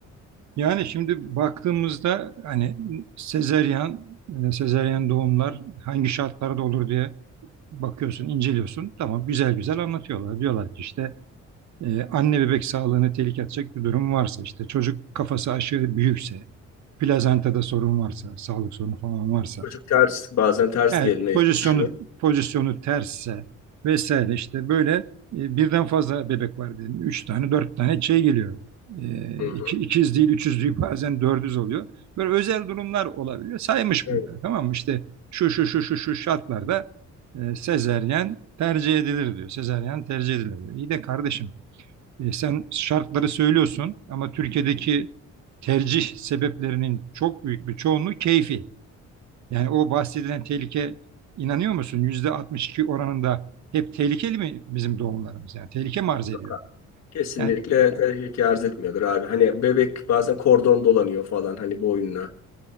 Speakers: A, on the right; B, on the left.
A: Yani şimdi baktığımızda hani sezeryan, e, sezeryan doğumlar hangi şartlarda olur diye bakıyorsun, inceliyorsun. Tamam güzel güzel anlatıyorlar. Diyorlar ki işte e, anne bebek sağlığını tehlikeye atacak bir durum varsa, işte çocuk kafası aşırı büyükse, plazantada sorun varsa, sağlık sorunu falan varsa,
B: Çocuk ters bazen ters
A: Evet,
B: gelmeye
A: pozisyonu
B: çalışıyor.
A: pozisyonu tersse vesaire işte böyle e, birden fazla bebek var dedim Üç tane, dört tane şey geliyor. E,
B: Hı hı.
A: iki, ikiz değil, üçüz değil bazen dördüz oluyor. Böyle özel durumlar olabiliyor. Saymış
B: Evet.
A: bunları tamam mı? İşte şu şu şu şu şu şartlarda e, sezeryen tercih edilir diyor. Sezeryen tercih edilir diyor. İyi de kardeşim e, sen şartları söylüyorsun ama Türkiye'deki tercih sebeplerinin çok büyük bir çoğunluğu keyfi. Yani o bahsedilen tehlike inanıyor musun? Yüzde 62 oranında hep tehlikeli mi bizim doğumlarımız? Yani tehlike mi arz ediyor?
B: çok haklı. Kesinlikle
A: Yani,
B: tehlike arz etmiyordur abi. Hani bebek bazen kordon dolanıyor falan hani boynuna.